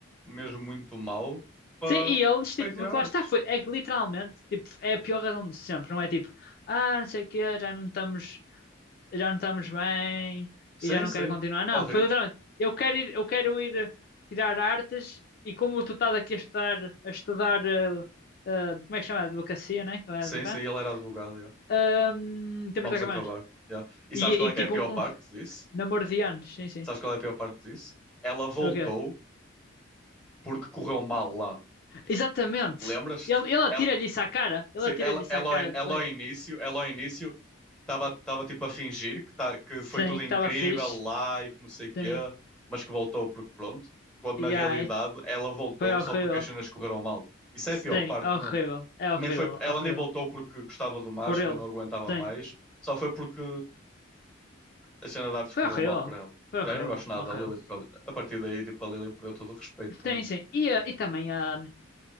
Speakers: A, in the centre; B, on the left.
A: mesmo muito mau para
B: Sim, e eles, tipo,
A: para ir tirar
B: porque
A: artes.
B: lá está, foi, é que literalmente, tipo, é a pior razão de sempre, não é tipo, ah, não sei o quê, já não estamos, já não estamos bem
A: Sim,
B: e já não
A: sim.
B: quero continuar. Não,
A: Horrível.
B: foi literalmente, eu quero ir, eu quero ir tirar artes e como tu estás aqui a estudar, a estudar, eh, eh, como é que chama? Advocacia, né? Que eu era
A: Sim,
B: advogado.
A: sim, ele era advogado. yeah.
B: Ahm, temos
A: Vamos
B: de acabar.
A: acabar. Yeah. E
B: E,
A: sabes qual
B: e
A: é que
B: tipo,
A: é a pior
B: um,
A: parte
B: um
A: disso?
B: namoro de anos, sim, sim.
A: Sabes qual é a pior parte disso? Ela voltou
B: É O quê?
A: porque correu mal lá.
B: Exatamente.
A: Lembras-te?
B: Ele, ele atira-lhe
A: Ela,
B: isso à cara, ele
A: sim,
B: atira-lhe
A: ela,
B: isso
A: ela,
B: à cara
A: ao- in-
B: depois.
A: ela ao início, ela ao início estava estava tipo a fingir que, tá, que
B: Sim,
A: foi tudo
B: que
A: incrível
B: estava fixe.
A: lá e que não sei o quê,
B: Sim.
A: mas que voltou porque pronto. Quando
B: E
A: na realidade
B: ai,
A: ela voltou
B: foi horrível.
A: só porque as cenas correram mal. Isso
B: Sim,
A: é a pior parte
B: horrível.
A: mesmo.
B: É horrível,
A: Nem foi, ela
B: horrível.
A: nem voltou porque gostava do Marshall
B: Por ele.
A: e não aguentava
B: Sim.
A: mais. Só foi porque a cena de artes
B: Foi
A: correu
B: horrível.
A: mal para ela.
B: Foi horrível,
A: Yeah, eu não gosto nada
B: horrível.
A: da Lily, porque a partir daí, tipo, a Lily perdeu todo o respeito para
B: Sim,
A: mim.
B: sim. E, eh, e também, ah,